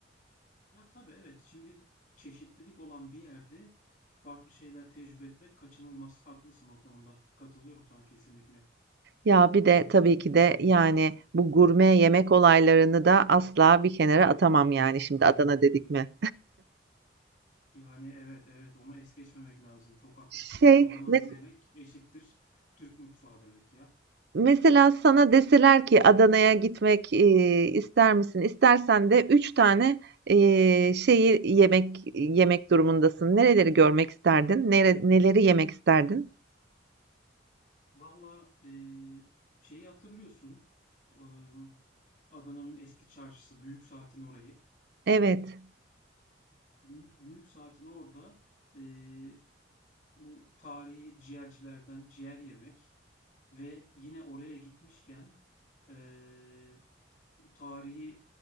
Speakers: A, on the left; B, on the right.
A: Ya tabii evet şimdi çeşitlilik olan bir yerde farklı şeyler tecrübe etmek kaçınılmaz. Haklısın o konuda. Katılıyorum sana kesinlikle.
B: Ya, bir de tabii ki de, yani, bu gurme yemek olaylarını da asla bir kenara atamam, yani, şimdi
A: Aa,
B: Adana dedik mi.
A: yani evet evet onu es geçmemek lazım. Çok haklısın.
B: Şey,
A: Adana
B: mes
A: demek eşittir Türk mutfağı demek ya.
B: mesela sana deseler ki Adana'ya gitmek, eee, ister misin? İstersen de 3 tane, eee, şeyi yemek yemek durumundasın. Nereleri görmek isterdin? Nere neleri yemek isterdin?
A: Valla eee, şeyi hatırlıyorsun. Am, Adana'nın eski çarşısı Büyük Saat'in orayı.
B: Evet.
A: Büyük, Büyük Saat'in orada eee, bu tarihi ciğercilerden ciğer yemek. Ve yine oraya gitmişken eee, tarihi